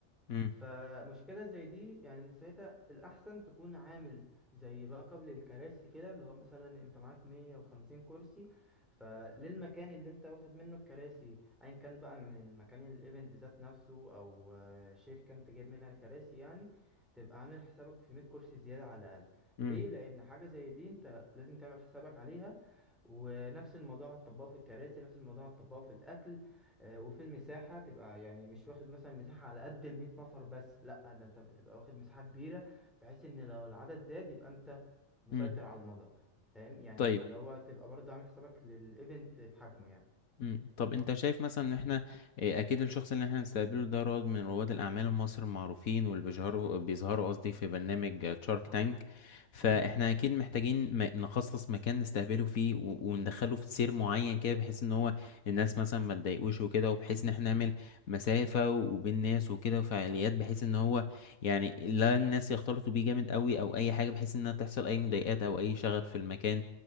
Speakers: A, on the left; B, in the centre.
A: امم
B: فمشكلة زي دي يعني إن ساعتها الأحسن تكون عامل زي باك اب للكراسي كده اللي هو مثلا انت معاك 150 كرسي فللمكان اللي انت واخد منه الكراسي ايا كان بقى من المكان الايفنت ذات نفسه او آه، شركة انت جايب منها كراسي يعني تبقى عامل حسابك في 100 كرسي زيادة على الأقل
A: امم
B: ليه؟ لأن حاجة زي دي انت لازم تعمل حسابك عليها ونفس الموضوع هتطبقه في الكراسي نفس الموضوع هتطبقه في الأكل آه، وفي المساحة تبقى يعني مش واخد مثلا مساحة على قد المية نفر بس لأ ده انت بقى تبقى واخد مساحة كبيرة بحيث ان لو العدد زاد يبقى انت مسيطر
A: امم
B: على المدى فاهم يعني
A: طيب
B: اللي هو تبقى برضه عامل حسابك للإيفنت في حجمه
A: مم. طب انت شايف مثلا ان احنا اه، اكيد الشخص اللي احنا هنستقبله ده رواد من رواد الاعمال المصري المعروفين واللي بيظهروا بيظهروا قصدي في برنامج شارك تانك فاحنا
B: يعني
A: اكيد محتاجين م- نخصص مكان نستقبله فيه و- وندخله في سير معين كده بحيث ان هو الناس مثلا ما تضايقوش وكده وبحيث ان احنا نعمل مسافة وبين الناس وكده وفعاليات بحيث ان هو يعني لا الناس يختلطوا بيه جامد قوي او اي حاجة بحيث انها تحصل اي مضايقات او اي شغب في المكان